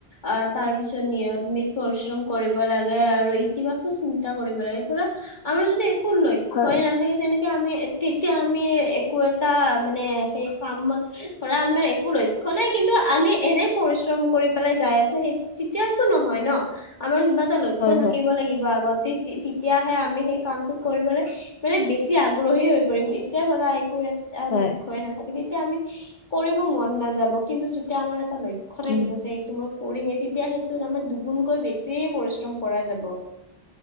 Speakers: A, on the left (about 45°); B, on the left (about 80°).
A: অ' তাৰ পিছত নিয়তমিত পৰিশ্ৰম কৰিব লাগে আৰু ইতিবাচক চিন্তা কৰিব লাগে ধৰা আমাৰ যদি একো লক্ষ্যই
B: হয়
A: নাথাকে তেনে আমি তেতিয়া আমি একো এটা মানে সেই কামত ধৰা আমাৰ একো লক্ষ্য নাই কিন্তু আমি এনে পৰিশ্ৰম কৰি পেলাই যাই আছো সেই তেতিয়াতো নহয় ন আমাৰ কিবা এটা লক্ষ্য
B: হয়
A: থাকিব
B: হয়
A: লাগিব আগত তি তি তেতিয়াহে আমি সেই কামটোত কৰিবলৈ মানে বেছি আগ্ৰহী হৈ পৰিম এতিয়া ধৰা একো এ
B: হয়
A: লক্ষ্যই নাথাকে দি তেতিয়া আমি কৰিব মন নাযাব কিন্তু যেতিয়া আমাৰ এটা লক্ষ্য থাকিব
B: উম
A: যে এইটো মই কৰিমে তেতিয়া সেইটোত আমাৰ দুগুণকৈ বেছি পৰিশ্ৰম কৰা যাব